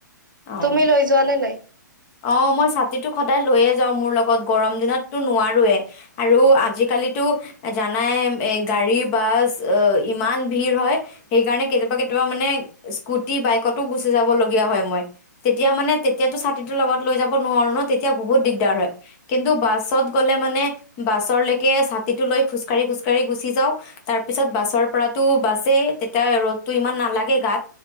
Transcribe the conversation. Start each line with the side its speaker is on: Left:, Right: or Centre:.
Left: অ'।
Right: তুমি লৈ যোৱা নে নাই
Left: অ মই ছাতিটো সদায় লৈয়ে যাও মোৰ লগত গৰম দিনততো নোৱাৰোৱে আৰু আজিকালিিতো জানাই এ গাড়ী বাছ ইমান ভিৰ হয় সেইকাৰণে কেতিয়াবা কেতিয়াবা মানে স্কুটি বাইকতো গুচি যাব লগগীয়া হয় মই তেতিয়া মানে তেতিয়ো ছাতি ছাতিটো লগত লৈ যাব নোৱাৰো ন তেতিয়া বহুত দিগদাৰ হয় কিন্তু বাছত গ'লে মানে বাছলৈকে ছাতিটো লৈ খোজকাঢ়ি খোজকাঢ়ি গুচি যাওঁ তাৰ পিছত বাছৰ পৰাতো বাছে তেতিয়া ৰ'দটো ইমান নালাগে গাত